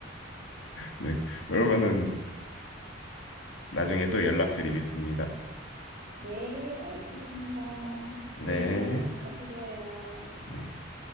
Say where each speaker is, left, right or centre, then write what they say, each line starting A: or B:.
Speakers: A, on the left; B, on the right.
A: 네. 그러면은 나중에 또 연락드리겠습니다.
B: 네, 알겠습니다.
A: 네.
B: 좋은 대화 감사드려요.
A: 네.